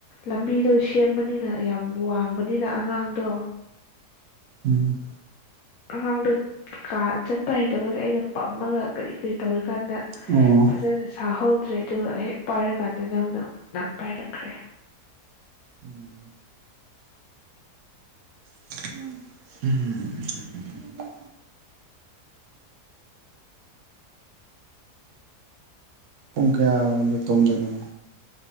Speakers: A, on the left; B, on the right.
A: ꯂꯝꯕꯤꯗꯣ ꯁꯦꯝꯕꯅꯤꯅ ꯌꯥꯝ ꯋꯥꯡꯕꯅꯤꯅ ꯑꯉꯥꯡꯗꯣ
B: ꯎꯝ
A: ꯑꯉꯥꯡꯗꯣ ꯀꯥ ꯆꯠꯄ ꯍꯩꯇꯕꯒꯤ ꯑꯩꯅ ꯄꯝꯃꯒ ꯀꯔꯤ ꯀꯔꯤ ꯇꯧꯔꯤ ꯀꯥꯟꯗ
B: ꯑꯣ
A: ꯐꯖꯅ ꯁꯥꯍꯧ ꯇ꯭ꯔꯦ ꯑꯗꯨꯒ ꯍꯦꯛ ꯄꯥꯏꯔꯀꯥꯟꯗ ꯅꯪꯅ ꯅꯪ ꯄꯥꯏꯔꯛꯈ꯭ꯔꯦ
B: ꯎꯝ <inaudible> ꯑꯣꯀ ꯂꯤꯇꯨꯝꯗꯅ